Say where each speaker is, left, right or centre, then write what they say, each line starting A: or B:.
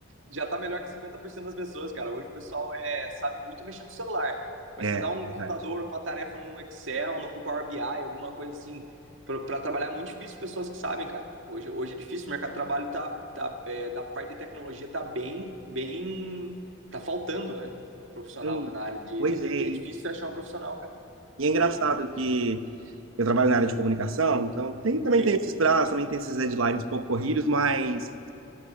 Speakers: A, on the right; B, on the right.
A: já tá melhor que 50% das pessoas, cara. Hoje o pessoal é, sabe muito mexer no celular. Mas
B: É,
A: você dá um
B: verdade.
A: computador ou uma tarefa num Excel, num Power BI, alguma coisa assim, pra, pra trabalhar, é muito difícil pessoas que sabem, cara. Hoje, hoje é difícil, o mercado de trabalho tá, tá, é, da parte de tecnologia tá bem, bem, tá faltando, né? Profissional
B: Hum,
A: na área de,
B: pois
A: de TI.
B: é.
A: É difícil você achar um profissional, cara,
B: E é engraçado
A: hoje.
B: que... Eu trabalho na área de comunicação, então tem, também
A: Sim.
B: tem esses prazos, também tem esses deadlines um pouco corridos, mas